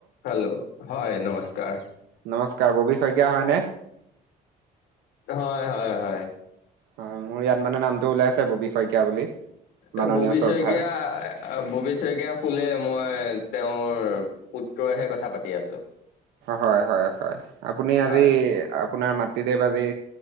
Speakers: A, on the left; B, on the right.
A: হেল্ল' হয় নমস্কাৰ।
B: নমস্কাৰ ববি শইকীয়া হয়নে?
A: হয় -হয়- হয়।
B: হয় মোৰ ইয়াত মানে নামটো ওলাইছে ববি শইকীয়া বুলি। মাননীয়
A: এই ববি
B: শ্ৰদ্ধাৰ।
A: শইকীয়া ববি শইকীয়া শুলে, মই তেওঁৰ পুত্ৰইহে কথা পাতি আছোঁ।
B: হয়, হয়, হয়, আপুনি
A: হয়
B: আজি আপোনাৰ মাতৃদেৱ আজি